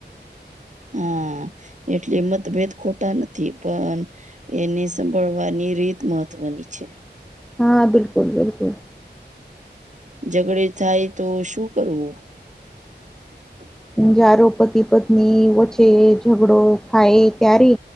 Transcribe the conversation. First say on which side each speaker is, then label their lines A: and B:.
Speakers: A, on the right (about 40°); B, in the centre.
A: હા એટલે મતભેદ ખોટા નથી પણ એને સાભળવાની રીત મહત્વની છે
B: હા બિલકુલ બિલકુલ
A: ઝઘડે થાય તો શું કરવું? <inaudible>
B: જારો પતિ પત્ની વચ્ચે ઝઘડો થાય ત્યારે